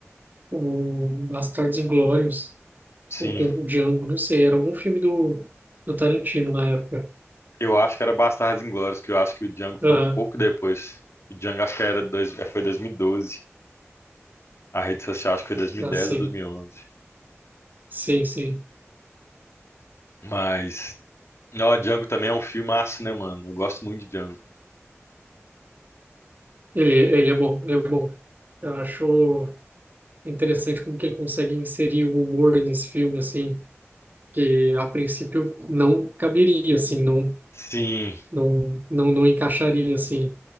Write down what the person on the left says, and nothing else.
Sim,
eu acho que era Bastardos Inglórios, que eu acho que o Django
foi um pouco depois. O Django acho que era dois, foi 2012. A rede social acho que foi 2010
ou 2011.
Mas Ó, Django também é um filmaço, né, mano? Eu gosto muito de Django.
Sim.